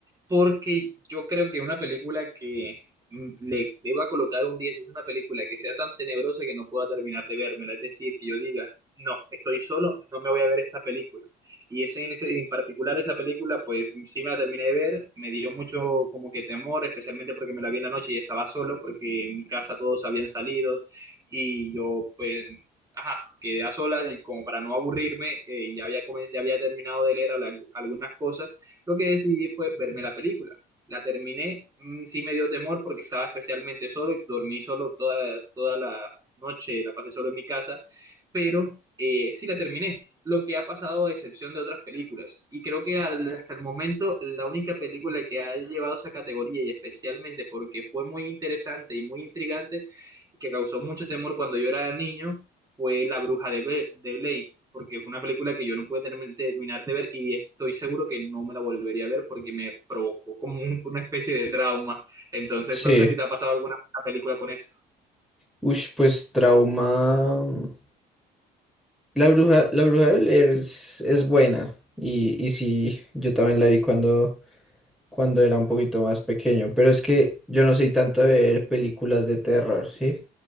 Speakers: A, on the right (about 20°); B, in the centre.
A: Porque yo creo que una película que mm, le deba colocar un 10 es una película que sea tan tenebrosa que no pueda terminar de vérmela. Es decir, que yo diga, no, estoy solo, no me voy a ver esta película. Y ese, en, ese- en particular esa película, pues sí me la terminé de ver, me dio mucho como que temor, especialmente porque me la vi en la noche y estaba solo, porque en mi casa todos habían salido y yo pues ajá, quedé a solas y como para no aburrirme, eh, ya había, come- ya había terminado de leer ala- algunas cosas, lo que decidí fue verme la película. La terminé, mm, sí me dio temor porque estaba especialmente solo y dormí solo toda, toda la noche, la pasé solo en mi casa, pero eh, sí la terminé. Lo que ha pasado a excepción de otras películas. Y creo que al- hasta el momento la única película que ha llevado esa categoría y especialmente porque fue muy interesante y muy intrigante y que causó mucho temor cuando yo era niño fue La Bruja de, Bla- de Blade, porque fue una película que yo no pude term- terminar de ver y estoy seguro que no me la volvería a ver porque me provocó como un- una especie de trauma. Entonces,
B: Sí.
A: no sé si te ha pasado alguna película con eso.
B: Ush, pues trauma. La bruja, la bruja de Blair es, es buena. Y, y sí, yo también la vi cuando, cuando era un poquito más pequeño. Pero es que yo no soy tanto de ver películas de terror, ¿sí?